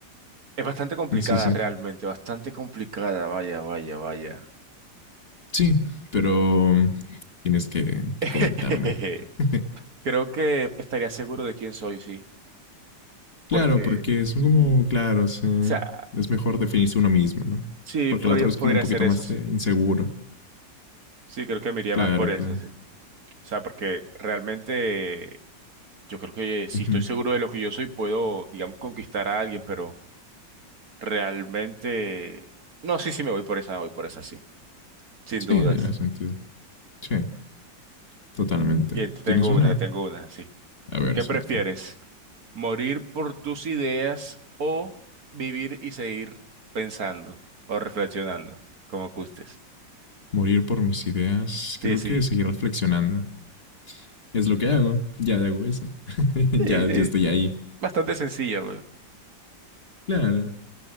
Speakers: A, on the right (about 50°); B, on the left (about 30°).
A: es bastante complicada
B: Sí, sí.
A: realmente, bastante complicada, vaya, vaya, vaya.
B: Sí, pero um, tienes que, que
A: <laughs>
B: comentarme. <laughs>
A: Creo que estaría seguro de quién soy, sí, porque,
B: Claro, porque
A: o
B: es como, claro, sí,
A: sea,
B: es mejor definirse uno mismo, ¿no?
A: sí,
B: Porque
A: podría,
B: el otro
A: podría
B: es como un poquito
A: ser eso,
B: más
A: sí.
B: eh, inseguro.
A: Sí, creo que me iría
B: Claro,
A: más por eso,
B: claro.
A: sí. O sea, porque realmente Yo creo que si
B: Ujú.
A: estoy seguro de lo que yo soy, puedo, digamos, conquistar a alguien, pero realmente... No, sí, sí, me voy por esa, me voy por esa, sí, sin
B: Sí,
A: dudas.
B: tiene sentido. Sí, totalmente.
A: Bien, te tengo
B: ¿Tienes una?
A: una, te tengo una, sí.
B: A ver,
A: ¿Qué
B: suelta.
A: prefieres? ¿Morir por tus ideas o vivir y seguir pensando o reflexionando, como gustes?
B: Morir por mis ideas.
A: Sí,
B: Creo
A: sí,
B: que seguir reflexionando. Es lo que hago. Ya hago eso. <laughs>
A: sí,
B: ya,
A: es
B: ya estoy ahí.
A: bastante sencilla, güey.
B: Claro.